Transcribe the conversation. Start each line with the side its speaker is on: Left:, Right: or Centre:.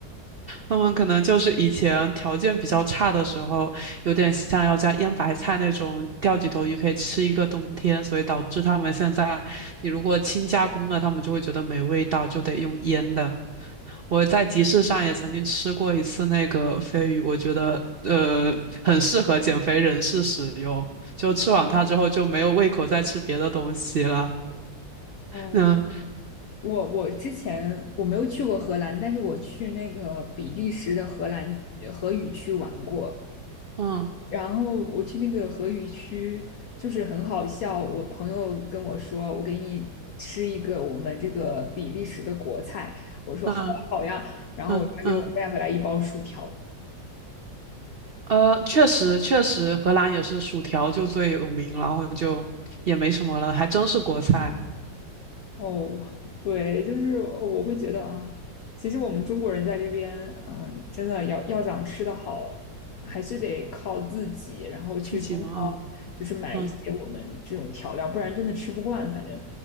Right: 他们可能就是以前条件比较差的时候，有点像要加腌白菜那种钓几头鱼可以吃一个冬天，所以导致他们现在，你如果轻加工的，他们就会觉得没味道，就得用腌的。我在集市上也曾经吃过一次那个飞鱼，我觉得呃很适合减肥人士使用，就吃完它之后就没有胃口再吃别的东西了。
Left: 哦，
Right: 嗯
Left: 我我之前我没有去过荷兰，但是我去那个比利时的荷兰呃荷语区玩过。
Right: 嗯
Left: 然后我去那个荷语区，就是很好笑。我朋友跟我说，我给你吃一个我们这个比利时的国菜。我说好呀好呀。
Right: 嗯
Left: 然后他给我带回来一包薯条，
Right: 嗯嗯。呃，确实确实，荷兰也是薯条就最有名，然后就也没什么了，还真是国菜，
Left: 哦，对，就是我会觉得啊，其实我们中国人在这边，嗯、真的要要想吃得好，还是得靠自己，然后去中超就是买一些我们这种调料，
Right: 自己嘛，嗯
Left: 不然真的吃不惯。反正，